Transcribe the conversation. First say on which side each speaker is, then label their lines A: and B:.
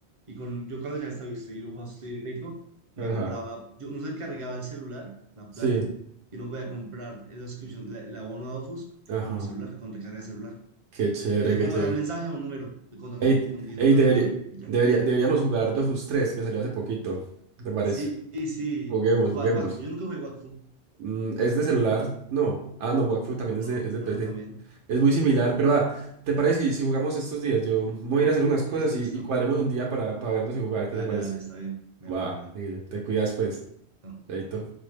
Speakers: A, on the right; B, on the right.
A: Y con, yo cuando ya estoy, estoy lujoso, estoy rico, me
B: ajá,
A: compraba, yo no se cargaba el celular, la
B: sí,
A: plata, y no podía comprar la subscription, la, el abono de Dofus
B: ajá.
A: con celular, con recarga de celular.
B: Qué chévere,
A: Y yo ya
B: qué
A: como
B: chévere.
A: mandaba un mensaje a un número, y con tanto,
B: Ey,
A: con diciendo
B: ey,
A: tal
B: debería,
A: número, y ya.
B: debería- deberíamos jugar Dofus tres que salió hace poquito. ¿Te parece?
A: Sí, sí, sí,
B: Juguemos,
A: jugar
B: juguemos.
A: Wakfu, yo nunca jugué Wakfu.
B: Mm, ¿es de celular? No. Ah, no, Wakfu también
A: No,
B: es de, es de
A: no,
B: PC.
A: no, también.
B: Es muy similar, pero ah, ¿te parece si, si jugamos estos días? Yo me voy a ir a hacer unas cosas
A: Listo,
B: y,
A: listo.
B: y cuadremos un día para, para vernos y jugar.
A: Dale,
B: ¿Qué te parece?
A: dale, está bien. De
B: Va,
A: verdad,
B: Miguel, te cuidas pues,
A: bien.
B: chaito.